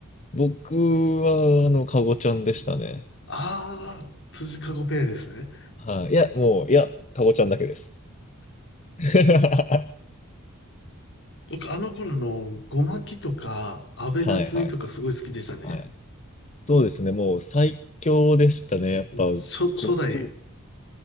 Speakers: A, on the left; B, on the left.
A: 僕は、あの、カゴちゃんでしたね。
B: ー、辻かごペアですね。
A: はい。いや、もう、いや、タコちゃんだけです。<laughs> は
B: 僕、あの頃あの、ゴマキとか、安倍夏実とかすごい好きでしたね。
A: いはいはい。はい。そうですね。もう最強でしたね。やっぱ、
B: 初、初代、
A: 後藤。